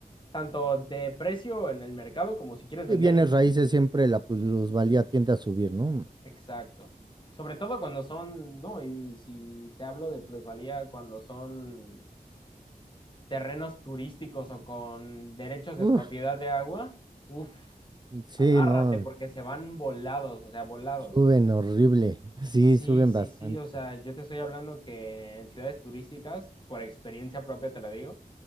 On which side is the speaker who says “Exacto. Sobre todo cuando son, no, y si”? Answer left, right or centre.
Left